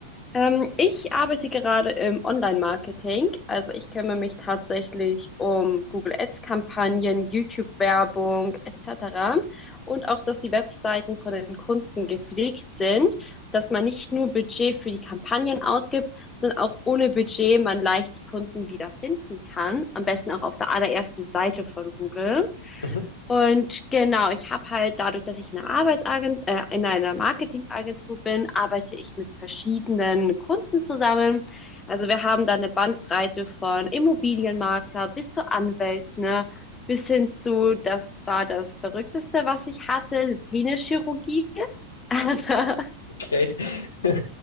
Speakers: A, on the left (about 15°); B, on the left (about 70°).
A: Ähm, ich arbeite gerade im Online-Marketing. Also ich kümmere mich tatsächlich um Google Ads-Kampagnen, YouTube-Werbung etc. Und auch, dass die Webseiten von den Kunden gepflegt sind, dass man nicht nur Budget für die Kampagnen ausgibt, sondern auch ohne Budget man leicht die Kunden wiederfinden kann. Am besten auch auf der allerersten Seite von Google.
B: Mhm,
A: Und genau, ich habe halt dadurch, dass ich in einer Arbeitsagent, äh, in einer Marketingagentur bin, arbeite ich mit verschiedenen Kunden zusammen. Also wir haben da eine Bandbreite von Immobilienmakler bis zu Anwälten, ne, bis hin zu, das war das Verrückteste, was ich hatte, Penischirurgie. <laughs> Aber
B: Okay. <laughs>